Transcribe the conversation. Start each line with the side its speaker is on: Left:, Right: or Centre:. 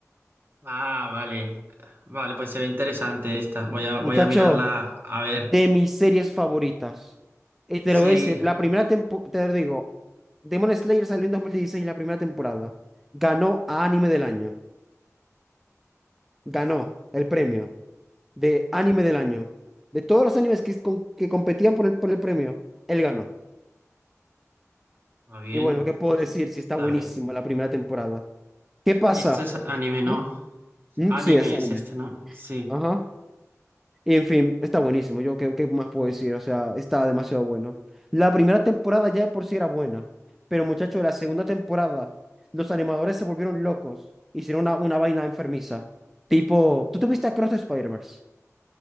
Right: Ah, vale. Vale, pues se ve interesante esta. Voy a, voy
Centre: Muchacho,
Right: a mirarla a ver.
Centre: de mis series favoritas. Y te
Right: Sí,
Centre: lo voy a decir, la primera temporada, te lo digo, Demon Slayer salió en 2016, la primera temporada. Ganó a Anime del Año. Ganó el premio. de anime del año. De todos los animes que, con- que competían por el, por el premio, él ganó.
Right: Está bien.
Centre: Y bueno, ¿qué puedo
Right: Este-
Centre: decir si está
Right: está
Centre: buenísimo
Right: bien.
Centre: la primera temporada? ¿Qué pasa?
Right: Esto es anime, ¿no?
Centre: ¿Ah? Mm,
Right: Anime
Centre: Sí, es anime.
Right: es este, ¿no? Sí.
Centre: Ajá. Y en fin, está buenísimo. Yo, ¿qué, qué más puedo decir? O sea, está demasiado bueno. La primera temporada ya de por sí era buena. Pero muchachos, la segunda temporada, los animadores se volvieron locos. Hicieron una, una vaina enfermiza. Tipo, ¿tú te viste Across the Spider-Verse?